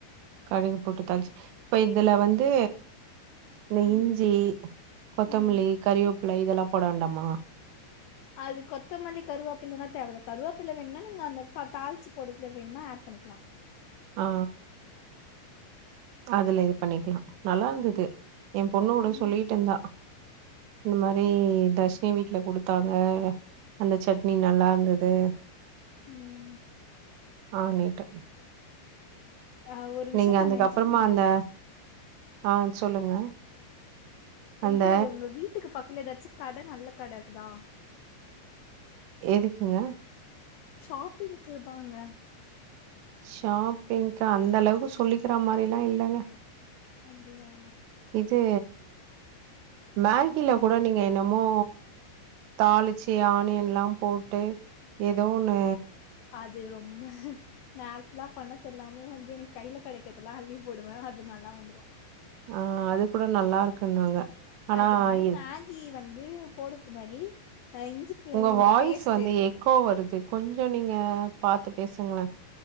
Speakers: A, on the right (about 70°); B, on the left (about 80°).
A: கடுகு போட்டு தாளுச் இப்ப இதுலா வந்து இந்த இஞ்சி
B: ம்
A: கொத்தமல்லி
B: ம்
A: கறிவேப்பில இதெல்லா போட வேண்டாமா
B: அது கொத்தமல்லி கருவாப்பில்லலா தேவல்ல கருவாப்பில்ல வேண்னா நீங்க அந்த க தாளிச்சு போடத்துல வேண்னா ஆட் பண்ணிக்கலா
A: ஆ அதுல இது பண்ணிக்லா நல்லா இருந்துது எ பொண்ணு கூட
B: ம்
A: சொல்லிட் இந்தா இந்த மாரி தர்ஷினி வீட்ல குடு த்தாங்க அந்த சட்னி நல்லா இருந்துது
B: ம்
A: ஆனீட்டு
B: ஆ ஒரு
A: நீங்க
B: விஷ்யோ
A: அதுக்கு
B: நா மென்ஷன்
A: அப்புறமா
B: பண்ணோ
A: அந்த ஆ சொல்லுங்க அந்த
B: இது உங்க வீட்டுக்கு பக்கல ஏதாச்சு கட நல்ல கட இருக்குதா
A: எதுக்குங்க
B: ஷாப்பிங்க்கு தாங்க
A: ஷாப்பிங்க்கா அந்த அளவுக்கு சொல்லிக்கிற மாரில்லா இல்லங்க
B: அப்டியா
A: இது மேகில கூட நீங்க என்னமோ தாளிச்சி ஆனியன்ல்லாம் போட்டு ஏதோ ஒன்னு
B: அது ரொம்ப ஸ்நாக்ஸ்ல்லாம் பணத்து எல்லாமே வந்து எனக்கு கையில கடைக்கறதெல்லா அள்ளி போடுவ அது நல்லா வந்துரு
A: ஆ அது கூட நல்லா இருக்குன்னாங்க ஆனா
B: அது வந்து
A: எ
B: மேகி வந்து போடுறதுக்கு முன்னாடி அ இஞ்சி பூண்டு
A: உங்க வாய்ஸ்
B: பேஸ்ட்டு
A: வந்து எக்கோ வருது கொஞ்சோ நீங்க பாத்து பேசுங்கள